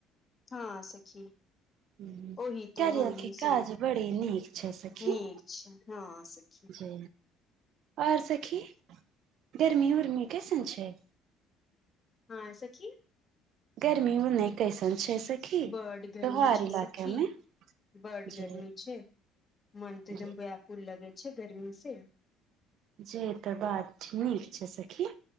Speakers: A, on the left (about 30°); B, on the right (about 65°).
A: हँ सखी
B: हूँ,
A: ओहि तो
B: कार्या
A: हम
B: के
A: सब
B: काज बड़ी नीक छै सखी
A: निक छियै ह सखी
B: जी आओर सखी गर्मी उर्मि कैसन छै
A: हँ सखी
B: गर्मी उर्मि कैसन छै सखी
A: बड गर्मी
B: तोहार
A: छै
B: इलाका
A: सखी
B: मे
A: बड
B: जी
A: गर्मी छै मन तऽ एकदम
B: जी
A: ब्याकुल लगै छै गर्मी से
B: ज तऽ बात नीक छै सखी